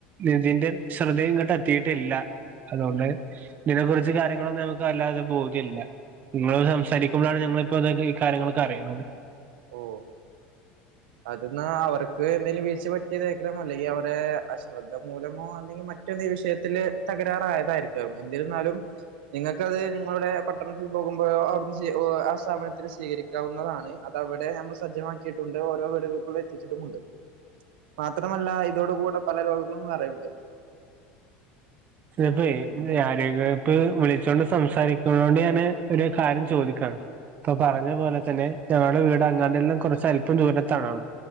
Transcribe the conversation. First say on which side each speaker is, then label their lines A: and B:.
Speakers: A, on the right; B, on the right.
A: നിതിന്റെ ശ്രദ്ധയും ഇങ്ങോട്ട് എത്തിയിട്ടില്ല അതുകൊണ്ട് ഇതിനെ കുുറിച്ച് കാര്യങ്ങളൊന്നും നമുക്ക് അല്ലാതെ ബോധ്യല്ല. നിങ്ങൾ സംസാരിക്കുമ്പോഴാണ് ഞങ്ങള്! ഇപ്പൊ ഇതൊക്കെ ഈ കാര്യങ്ങളൊക്കെ അറിയുന്നത്
B: ഓഹ് അത് ന്നാവർക്ക് എന്തെലും വീഴ്ച പറ്റിയതായികരം അല്ലെങ്കിൽ അവടെ അശ്രദ്ധ മൂലമോ അല്ലെങ്കിൽ മറ്റ എന്തെങ്കിലും വിഷയത്തിൽ തകരാറായതായിരിക്കും എന്തിരുന്നാലും നിങ്ങൾക്കത് നിങ്ങളുടെ പട്ടണത്തിൽ പോകുമ്പോൾ അവിടെന്ന് ആ സ്ഥാപനത്തിൽ സ്വീകരിക്കാവുന്നതാണ് അതവിടെ നമ്മൾ സജ്ജമാക്കിയിട്ടുണ്ട്. ഓരോ വീടുകൾക്കൂ എത്തിച്ചിട്ടുമുണ്ട്. മാത്രമല്ല, ! ഇതോട കൂടെ പല രോഗങ്ങളും വേറെയുണ്ട്.
A: ചിലപ്പോ ആരോഗ്യപ്പ് വിളിച്ചൊണ്ട് സംസാരിക്ക കൊണ്ട് ഞാന് ഒരു കാര്യം ചോദിക്കാണ്. ഇപ്പൊ പറഞ്ഞ
B: ആഹ്
A: പോലെ തന്നെ ഞങ്ങടെ വീട് അങ്ങാടിൽ നിന്നും കുറച്ച് അല്പം ദൂരത്താണോ?